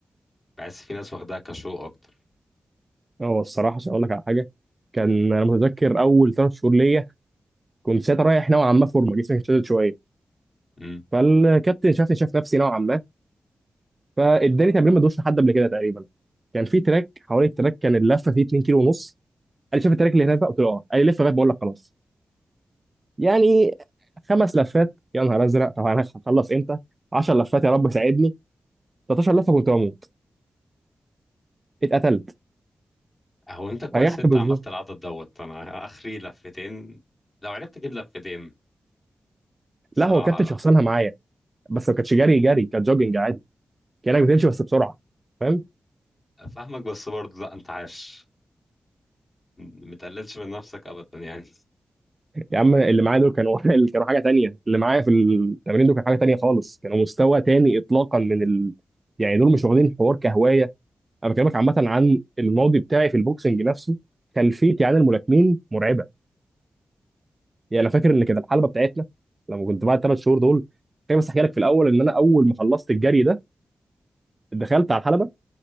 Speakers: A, on the left; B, on the right.
A: بحس في ناس واخداها كشو اكتر
B: اه الصراحه عشان اقول لك على حاجه كان انا متذكر اول ثلاث شهور ليا كنت ساعتها رايح نوعا ما فورمه جسمي كان شادد شويه
A: امم
B: فالكابتن شافني شاف نفسي نوعا ما فاداني تمرين ما دوش لحد قبل كده تقريبا كان في تراك حوالي التراك كان اللفه فيه 2 كيلو ونص قال لي شاف التراك اللي هناك بقى قلت له اه قال لي لف لغايه ما اقول لك خلاص يعني خمس لفات يا نهار ازرق طب انا هخلص امتى 10 لفات يا رب ساعدني 13 لفه كنت بموت اتقتلت
A: هو انت كويس
B: ريحت
A: انت
B: بالظبط
A: عملت العدد دوت انا اخري لفتين لو عرفت اجيب لفتين الصراحه
B: لا هو كابتن
A: لا.
B: شخصنها معايا بس ما كانتش جري جري كانت جوجنج عادي كانك بتمشي بس بسرعه فاهم
A: فاهمك بس برضه لا انت عاش متقللش من نفسك ابدا يعني
B: يا عم اللي معايا دول كانوا <laughs> اللي كانوا حاجه تانية اللي معايا في التمرين دول كان حاجه تانية خالص كانوا مستوى تاني اطلاقا من ال... يعني دول مش واخدين الحوار كهوايه انا بكلمك عامه عن الماضي بتاعي في البوكسنج نفسه خلفيتي عن الملاكمين مرعبه يعني انا فاكر ان كانت الحلبه بتاعتنا لما كنت بعد الثلاث شهور دول كان بس احكي لك في الاول ان انا اول ما خلصت الجري ده دخلت على الحلبه